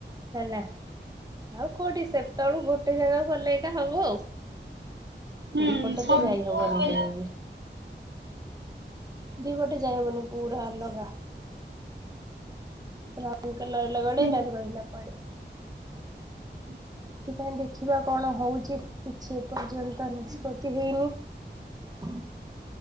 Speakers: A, on the right; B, on the right.
A: ଆଉ କ କଉଠି ସେତେବେଳେ ଗୋଟେ ଜାଗା ଗଲେ ହବ ଆଉ
B: ହୁଁ
A: ଦିପଟେ
B: ସବୁ
A: ତ ଯାଇ ହବନି
B: ହେଲା
A: କେବେ ବି। ଦିପଟେ ଯାଇବନି ପୁରା ଅଲଗା। ରାହୁଲକେଲାରେରହି ଗଡି
B: ହୁଁ
A: ଟାଗ ରହିଲଲା ପେ
B: ହୁଁ।
A: ସେଥିପାଇଁ ଦେଖିବା କଣ ହଉଛି କିଛି ପର୍ଯ୍ୟନ୍ତ ନିଷ୍ପତି ଇନି।